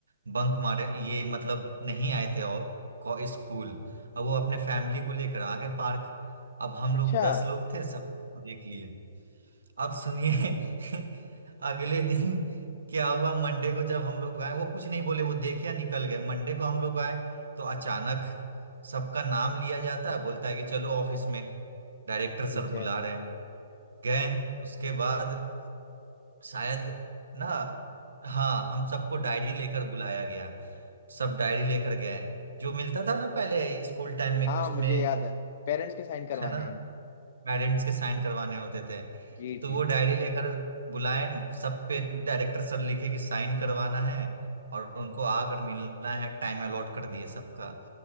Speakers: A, on the right (about 80°); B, on the left (about 55°).
A: बंक मारे ये मतलब नहीं आए थे और को- स्कूल अब वो अपने फैमिली को लेकर आ गए पार्क अब हम
B: अच्छा
A: लोग दस लोग थे सब देख लिए अब सुनिए <laughs> अगले दिन क्या हुआ मंडे को जब हम लोग आए वो कुछ नहीं बोले वो देखे या निकल गए मंडे को हम लोग आए तो अचानक सबका नाम लिया जाता है बोलता है कि चलो ऑफिस में डायरेक्टर
B: ठीक
A: सर बुला
B: है
A: रहे हैं गए उसके बाद शायद ना हाँ हम सबको डायरी लेकर बुलाया गया सब डायरी लेकर गए जो मिलता था ना पहले स्कूल टाइम में
B: हाँ
A: कि उसमें
B: मुझे याद है पेरेंट्स के साइन करवाने
A: है ना
B: हैं
A: पेरेंट्स के साइन करवाने होते थे
B: जी
A: तो
B: जी
A: वो डायरी लेकर बुलाए सब पे डायरेक्टर सर लिखे कि साइन करवाना है और उनको आकर मिलना है टाइम अलॉट कर दिए सबका